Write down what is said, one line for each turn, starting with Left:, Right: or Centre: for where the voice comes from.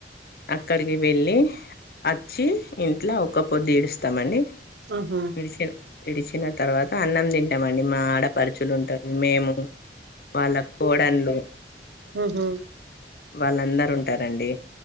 Left: అక్కడికి వెళ్ళి అచ్చి ఇంట్లో ఒక పొద్దు ఇడుత్సమండి
Right: ఆహా
Left: విడిచిన విడిచిన తర్వాత అన్నం తింటాం తింటామండి మేము మా ఆడపడుచులు ఉంటారు మేము వాళ్ల కోడన్లు
Right: ఊ హు
Left: వాళ్ళందరు ఉంటారండి